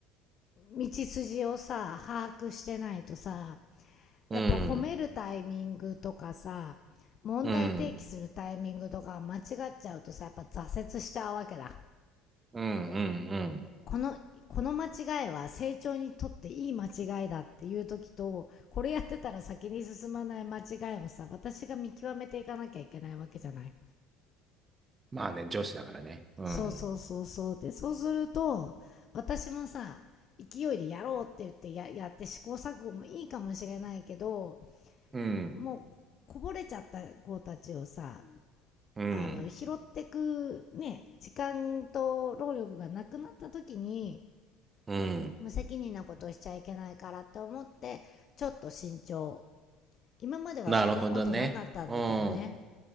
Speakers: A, on the left (about 50°); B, on the right (about 25°).
A: 道筋をさ把握してないとさ
B: うん。
A: やっぱ褒めるタイミングとかさ問題提起するタイミングとか間違っちゃうとさやっぱ挫折しちゃうわけだ。
B: うん。うん。うん。うん
A: この、この間違いは成長にとっていい間違いだっていう時と、これやってたら先に進まない間違いをさ、私が見極めていかなきゃいけないわけじゃない。
B: まあね、女子だからね。うん。
A: そうそうそうそう。で、そうすると、私もさ、勢いでやろうって言ってややって試行錯誤もいいかもしれないけど、
B: うん。
A: もうこぼれちゃった子たちをさ、
B: うん。
A: あの、拾ってくね、時間と労力がなくなった時に、
B: うん。
A: 無責任なことしちゃいけないからって思ってちょっと慎重今まではそんなことなかったんだけどね
B: なるほどね。うん。う